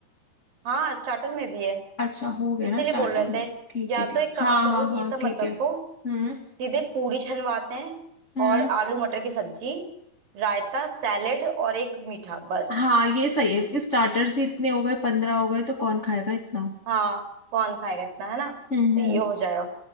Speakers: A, on the right; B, on the left.
A: हाँ स्टार्टर में भी है
B: अच्छा हो गया
A: इसीलिए
B: ना स्टार्टर
A: बोल रहे
B: में
A: थे
B: ठीक
A: या
B: है ठीक
A: तो एक
B: हाँ
A: काम करो
B: हाँ हाँ
A: ये सब मत
B: ठीक
A: रखो
B: है हम्म
A: सीधे पूरी छनवाते हैं
B: हम्म
A: और आलू मटर की सब्जी रायता सैलेड और एक मीठा बस
B: हाँ ये सही है क्योंकि स्टार्टर से इतने हो गए पंद्रह हो गए तो कौन खाएगा इतना
A: हाँ कौन खाएगा इतना है ना
B: हम्म
A: तो
B: हम्म
A: ये हो जाएगा